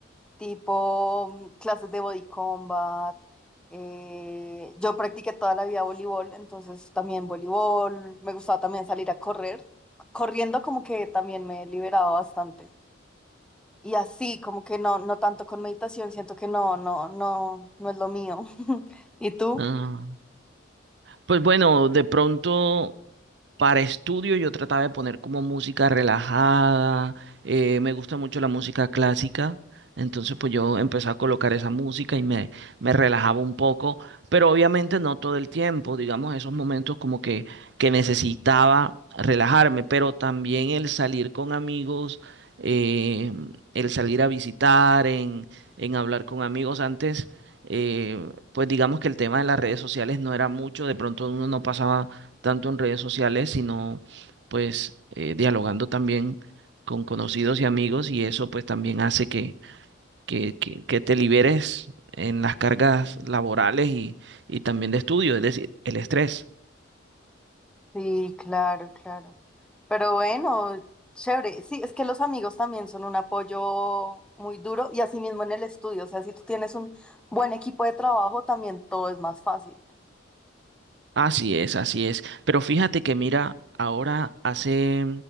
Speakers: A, in the centre; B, on the right (about 60°).
A: tipo mm, clases de body combat. eh, yo practiqué toda la vida voleibol, entonces también voleibol. Me gustaba también salir a correr. Corriendo como que también me liberaba bastante. Y así, como que no, no tanto con meditación, siento que no, no, no, no es lo mío. <laughs> ¿Y tú?
B: Ah, Pues bueno, de pronto. Para estudio yo trataba de poner como música relajada, eh, me gusta mucho la música clásica, entonces pues yo empecé a colocar esa música y me, me relajaba un poco, pero obviamente no todo el tiempo, digamos esos momentos como que, que necesitaba relajarme, pero también el salir con amigos, eh, el salir a visitar, en, en hablar con amigos antes. eh, pues digamos que el tema de las redes sociales no era mucho, de pronto uno no pasaba tanto en redes sociales, sino pues eh, dialogando también con conocidos y amigos y eso pues también hace que, que, que, que te liberes en las cargas laborales y, y también de estudio, es decir, el estrés.
A: Sí, claro, claro. Pero bueno, chévere. Sí, es que los amigos también son un apoyo muy duro y así mismo en el estudio. O sea, si tú tienes un buen equipo de trabajo, también todo es más fácil.
B: Así es, así es. Pero fíjate que mira, ahora hace